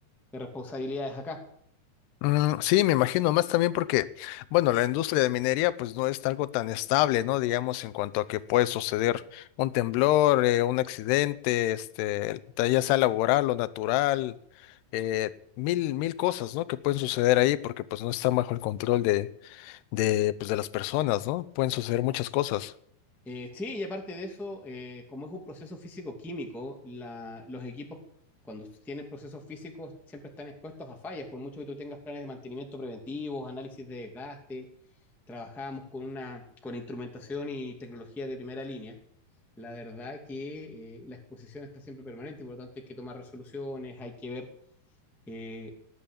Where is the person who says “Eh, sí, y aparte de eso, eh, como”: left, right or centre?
Centre